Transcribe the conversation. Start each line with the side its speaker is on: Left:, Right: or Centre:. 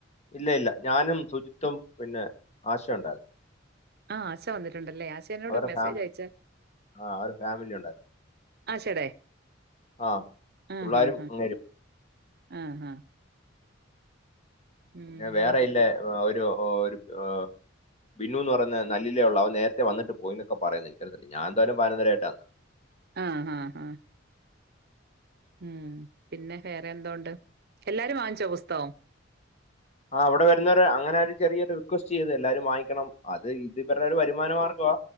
Left: ഇല്ല, ഇല്ല ഞാനും, സുജിത്തും പിന്നെ ആശ ഒണ്ടായിരുന്നു.
Right: ആഹ് ആശ വന്നിട്ടുണ്ടല്ലേ ആശ എന്നോട്
Left: അവരുടെ
Right: മെസ്സേജ്
Left: ഫാമിലി
Right: അയച്ച
Left: ആ അവരുടെ ഫാമിലി ഉണ്ടായിരുന്നു
Right: ആശേടേ.
Left: ആ
Right: ആഹ്,
Left: പിള്ളേരും
Right: ഹ്, ഹ്
Left: അങ്ങേരും
Right: ആഹ്, ഹ
Left: പിന്നെ
Right: ഉം.
Left: വേറെ ഇല്ലേ ഒരു, ഒരു, ഒ ബിനു എന്ന് പറയ നല്ലില്ലേ ഉള്ളേ അവൻ നേരത്തെ വന്നിട്ട് പോയിന്നൊക്കെ പറയ്ന്നെ. എനിക്ക് ഞാനെന്തായാലും പതിനൊന്നരയായിട്ടാ വന്നെ.
Right: ആ, ഹാ, ഹാ. മ്മ്ഹ് പിന്നെ വേറെ എന്തോണ്ട്. എല്ലാരും വാങ്ങിച്ചോ പുസ്തകം?
Left: ആ അവിടെ വരുന്നവര് അങ്ങനെ ഒരു ചെറിയൊരു റിക്വസ്റ്റ് ചെയ്ത് എല്ലാരും വാങ്ങിക്കണം. അത് ഇത് വരുടെ ഒരു വരുമാന മാർഗൊവ.